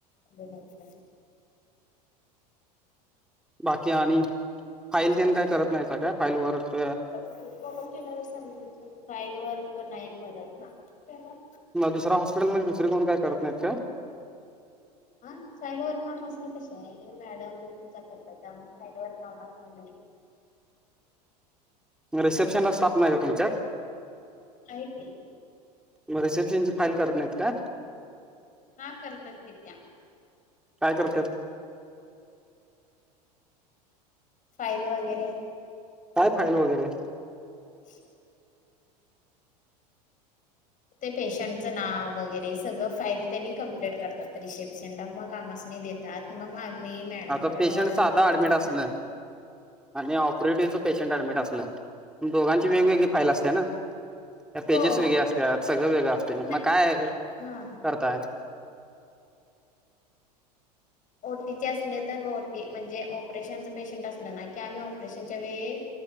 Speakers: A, on the left (about 40°); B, in the centre.
A: समज.
B: बाकी आणि फाईल त्यान काय करत नाही स काय फाईल वरक?
A: ओके का पण फाईलवर पण नाही करत हा.
B: मग दुसरा हॉस्पिटलमध्ये दुसरी कोण काय करत नाहीत काय?
A: हा साईड वरच्या मशीनी काम असणे कसे आहे, मॅडममचा करत त्यामुळे साईड वर काम नाही.
B: मग रिसेप्शनला स्टाफ नाही का तुमच्या?
A: आहे की.
B: मग रिसेप्शनची फाईल करत नाहीत काय?
A: हा करतात की त्या
B: काय करत्यात?
A: फाईल वगैरे.
B: काय फाईल वगैरे?
A: <inaudible> ते पेशंटचं नाव वगैरे सगळं फाईल त्यांनी कम्प्लीट करतात रिसेप्शनला मग आमस मी देत तात मग आम्ही मॅडमांकडनं
B: आता पेशंट
A: ऑर्डर
B: साधा
A: वगैरे
B: ऍडमिट
A: टाकू.
B: असलं आणि ऑपरेटिव्हच पेशंट ॲडमिट असलं दोघांची
A: हा
B: वेगवेगळी फाईल असते ना? पेजेस
A: हो
B: वेगळे असतात, सगळं वेगळं असते
A: नाही
B: मग काय
A: हा.
B: करताय?
A: ओटीचे असले तर ओटी, म्हणजे ऑपरेशनच पेशंट असलं ना की आम्ही ऑपरेशनच्या वेळी.